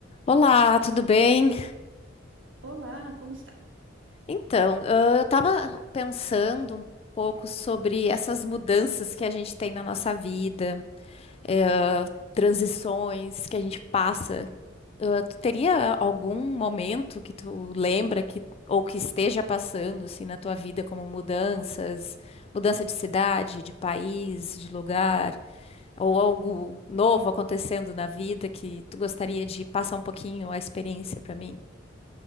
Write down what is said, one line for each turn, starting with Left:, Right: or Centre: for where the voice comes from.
Left: Olá, tudo bem?
Right: Olá, como está?
Left: Então, ah, eu estava pensando um pouco sobre essas mudanças que a gente tem na nossa vida, eh, transições que a gente passa. Ah, tu teria algum momento que tu lembra que ou que esteja passando assim na tua vida como mudanças, mudança de cidade, de país, de lugar, ou algo novo acontecendo na vida que tu gostaria de passar um pouquinho a experiência para mim?